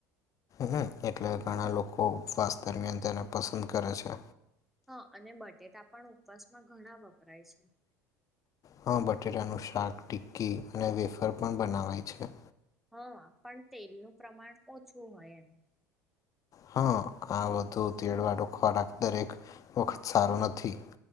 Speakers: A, on the left; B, in the centre.
A: હ અ એટલે ઘણા લોકો ઉપવાસ દરમિયાન તેને પસંદ કરે છે.
B: હા અને બટેટા પણ ઉપવાસમાં ઘણા વપરાય છે.
A: હા બટેટાનું શાક ટિક્કી અને વેફર પણ બનાવાય છે.
B: હા પણ તેલનું પ્રમાણ ઓછું હોય એમ.
A: હા આ બટુ તેડવાડો ખોરાક દરેક વખત સારું નથી.